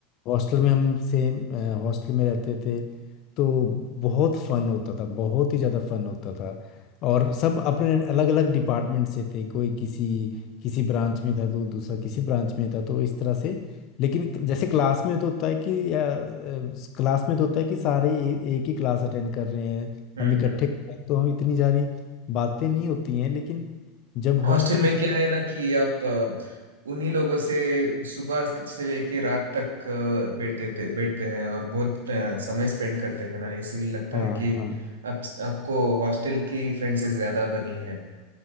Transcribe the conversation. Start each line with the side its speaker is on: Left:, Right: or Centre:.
Left: हॉस्टल में हम सेम हॉस्टल में रहते थे तो बहुत फन होता था बहुत ही ज़्यादा फन होता था और सब अपने अलग अलग डिपार्टमेंट से थे कोई किसी किसी ब्रांच में था तो दूसरा किसी ब्रांच में था तो इस तरह से लेकिन क- जैसे क्लास में तो होता है कि या अ, क्लास में तो होता है कि सारे ए, एक ही क्लास अटेंड कर रहे हैं
Right: हम्म,
Left: हम इकट्ठे
Right: हम्म।
Left: कर रहे हैं तो हम इतनी सारी बातें नहीं होती हैं लेकिन जब
Right: हॉस्टल
Left: हॉस्टल
Right: में
Left: में रह
Right: क्या है ना कि आप अ, उन्हीं लोगों से सुबह से लेके रात तक अ, बैठते थे बैठते हैं और बहुत अ, समय स्पेंड करते हैं ना इसीलिए लगता
Left: हाँ
Right: है कि
Left: हाँ
Right: आप आपको हॉस्टल की फ्रेंड से ज्यादा बनी है